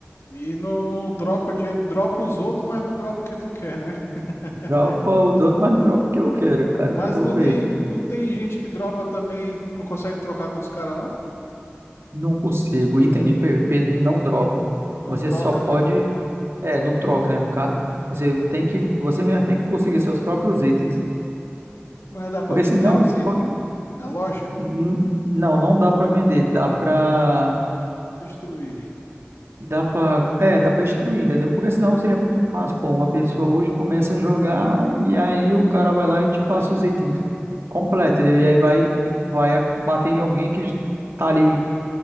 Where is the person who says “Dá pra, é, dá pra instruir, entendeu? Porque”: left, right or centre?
Right